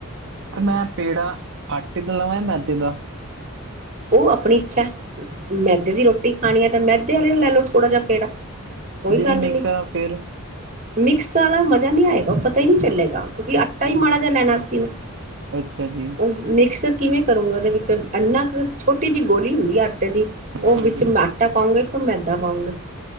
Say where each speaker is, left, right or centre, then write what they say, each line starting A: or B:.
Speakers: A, on the right; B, on the right.
A: ਤੇ ਮੈਂ ਪੇੜਾ ਆਟੇ ਦਾ ਲਵਾਂ ਯਾ ਮੈਦੇ ਦਾ?
B: ਉਹ ਆਪਣੀ ਇੱਛਾ ਮੈਦੇ ਦੀ ਰੋਟੀ ਖਾਣੀ ਹੈ ਤਾਂ ਮੈਦੇ ਆਲੇ ਦਾ ਲੈ ਲਓ ਥੋੜ੍ਹਾ ਜਿਹਾ ਪੇੜਾ। ਕੋਈ
A: ਜੇ
B: ਗੱਲ
A: ਮੈਂ ਮਿਕਸ
B: ਨੀ।
A: ਕਰਾਂ ਫਿਰ
B: ਮਿਕਸ ਵਾਲਾ ਮਜ਼ਾ ਨੀ ਆਏਗਾ ਉਸ, ਪਤਾ ਹੀ ਨਹੀਂ ਚੱਲੇਗਾ ਕਿਉਂਕਿ ਆਟਾ ਹੀ ਮਾੜਾ ਜਿਹਾ ਲੈਣਾ ਸੀਂ ਨਾ
A: ਅੱਛਾ ਜੀ
B: ਉਹ ਮਿਕਸ ਕਿਵੇਂ ਕਰੋਗੇ, ਉਹਦੇ ਵਿੱਚ ਅੰਨਾ ਛੋਟੀ ਜਿਹੀ ਗੋਲੀ ਹੁੰਦੀ ਆ ਆਟੇ ਦੀ ਉਹ
A: ਹਾਂਜੀ
B: ਵਿੱਚ ਆਟਾ ਪਾਉਂਗੇ ਮੈਦਾ ਪਾਉਂਗੇ,